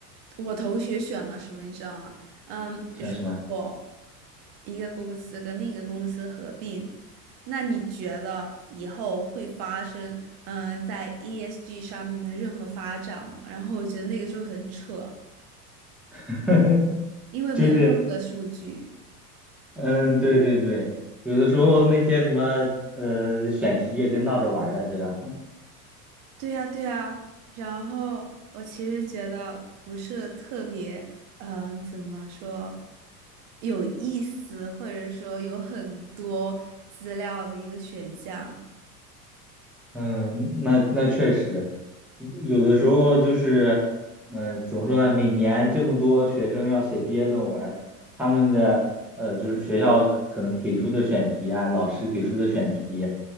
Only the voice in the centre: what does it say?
算是吗？
<laughs>
就是，嗯，对对对，有的时候那些什么，呃，选题也跟闹着玩儿的，对吧？
嗯，那那确实，有的时候就是，嗯，怎么说呢？每年这么多学生要写毕业论文儿，他们的呃，就是学校可可能给出的选题啊，老师给出的选题，